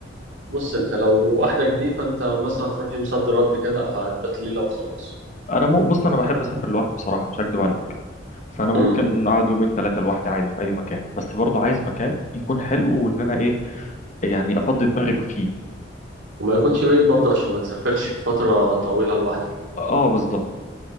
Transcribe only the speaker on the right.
بص انت لو لوحدك دي فانت مثلا هتروح يوم صد رد كده او هتبات ليلة وخلاص
امم
وما يكونش بعيد برضه عشان ما تسافرش في فترة طويلة لوحدك